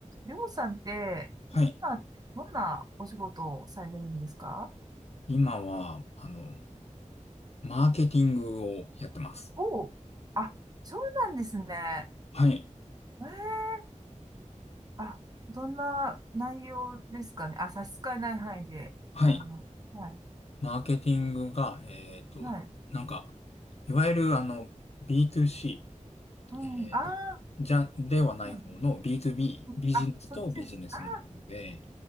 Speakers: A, on the right; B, on the left.
A: りょうさんって、
B: はい。
A: 今ってどんなお仕事をされてるんですか
B: 今は、あの、マーケティングをやってます。
A: おうあ、そうなんですね。
B: はい。
A: ええあ、どんな内容ですかね。あ、差し支えない範囲で。
B: はい。
A: あの、はい、
B: マーケティングが、えっと、
A: はい。
B: なんか、いわゆる、あの、B2C、
A: うん、
B: えっと、
A: ああ、
B: じゃ、ではない方の
A: うん
B: B2B、
A: うんあ、
B: ビジネスとビジネスの方で、
A: そっちです。あ